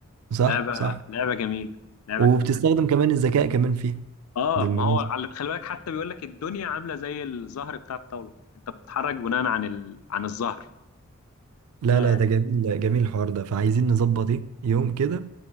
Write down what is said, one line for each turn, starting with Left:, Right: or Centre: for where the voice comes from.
Right: صح
Left: لعبة
Right: صح
Left: لعبة جميلة لعبة
Right: وبتستخدم
Left: جميلة
Right: كمان الذكاء كمان فيها
Left: اه
Right: بالمناسبة
Left: ما هو على خلي بالك حتى بيقول لك الدنيا عاملة زي الزهر بتاع الطاولة انت بتتحرك بناء عن ال... عن الزهر
Right: لا
Left: يا
Right: لا ده جميل جميل الحوار ده فعايزين نظبط ايه يوم كده